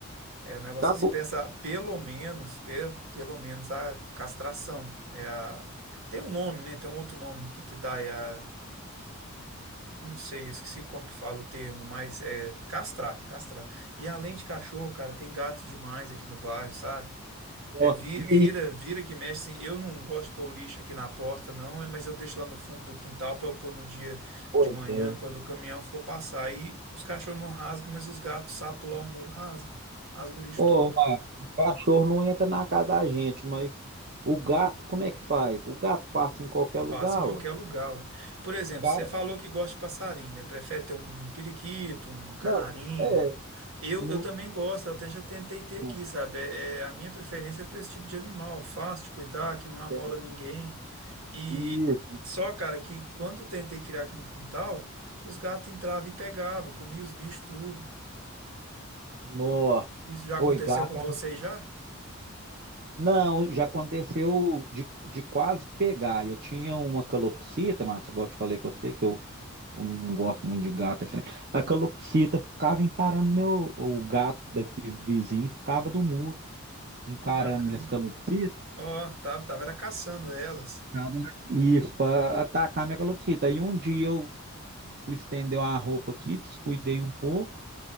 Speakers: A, on the right (about 70°); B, on the right (about 40°).
A: É, o negócio
B: Tá
A: é
B: bom.
A: se pensar, pelo menos, pe- pelo menos a castração. É a... Tem um nome, né? Tem um outro nome que, que dá, é a... Não sei, eu esqueci como que fala o termo, mas é castrar, castrar. E além de cachorro, cara, tem gato demais aqui no bairro, sabe?
B: Ó,
A: É, vi-
B: e
A: vira,
B: aí?
A: vira que mexe, assim, eu não gosto de pôr o lixo aqui na porta, não, é, mas eu deixo lá no fundo do quintal para eu pôr no dia
B: Pois
A: de manhã,
B: é.
A: quando o caminhão for passar. Aí os cachorros não rasgam, mas os gatos, sabem pular o muro, rasga, rasga o lixo
B: Ô,
A: todo.
B: Marcos, o cachorro não entra na casa da gente, mas o gato, como é que faz? O gato passa em qualquer lugar,
A: Passa em qualquer
B: ué. O
A: lugar. ué. Por exemplo,
B: Cara,
A: você falou que gosta de passarinho, né? Prefere ter um periquito, um canarinho.
B: não, é,
A: Eu,
B: não,
A: eu também gosto, eu até já tentei ter aqui,
B: não
A: sabe? É, é- a minha preferência é para esse tipo de animal, fácil de cuidar, que não amola
B: tem.
A: ninguém. E
B: Isso.
A: só, cara, que quando eu tentei criar aqui no quintal, os gatos entravam e pegavam, comiam os bichos tudo.
B: Nossa.
A: Isso já
B: Oi,
A: aconteceu
B: gato
A: com
B: é
A: vocês
B: um...
A: já?
B: Não, já aconteceu de, de quase pegar. Eu tinha uma calopsita, mas igual eu te falei com você, que eu, eu não gosto muito de gato. Assim. A calopsita ficava encarando meu, o gato daqui vizinho, ficava do muro. encarando
A: Que bacana.
B: minhas calopsitas,
A: Ó, tava, tava era caçando elas.
B: encarava isso, para atacar minha calopsita. Aí um dia eu fui estender uma roupa aqui, descuidei um pouco,